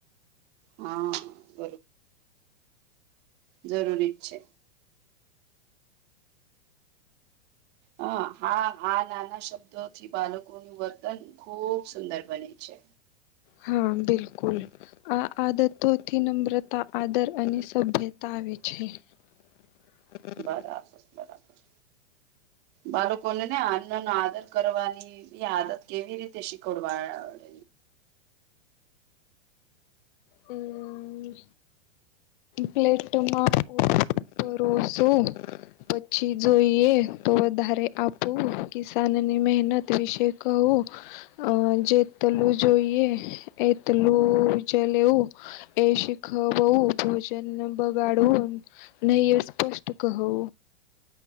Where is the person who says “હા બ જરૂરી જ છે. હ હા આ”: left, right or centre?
Right